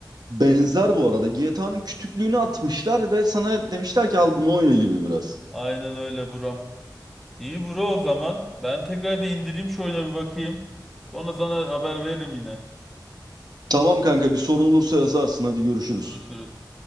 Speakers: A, on the right; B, in the centre.
A: Benzer bu arada. GTA'nın kütüklüğünü atmışlar ve sana demişler ki al bunu oyna gibi biraz.
B: Aynen öyle buram. İyi bro o zaman. Ben tekrar bir indireyim şu oyuna bir bakayım. Sonra sana haber veririm yine.
A: Tamam kanka bir sorun olursa yazarsın hadi görüşürüz.
B: Görüşürüz.